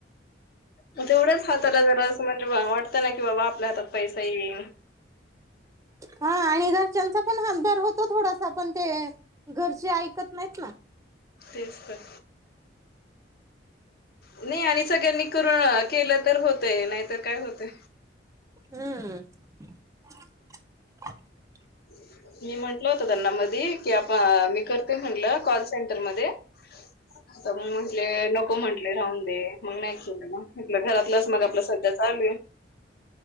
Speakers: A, on the left (about 50°); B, on the right (about 15°).
A: मग तेवढेच जरा असं म्हणजे वाटतं ना की बाबा आपल्या हातात पैसा येई.
B: हा आणि घरच्यांचा पण हातभार होतो थोडासा पण ते घरचे ऐकत नाहीत ना.
A: तेच तर. नाही आणि सगळ्यांनी करून केलं तर होतय नाहीतर काय होतय.
B: हम्. <inaudible>
A: <inaudible> मी म्हंटल होत त्यांना मधी आपण मी करते म्हटलं कॉल सेंटरमध्येध्ये. <inaudible> तर मग म्हटले नको म्हटलेय राहून दे मग नाही के म्हटलं घरातलंच मग आपलं सध्या चाले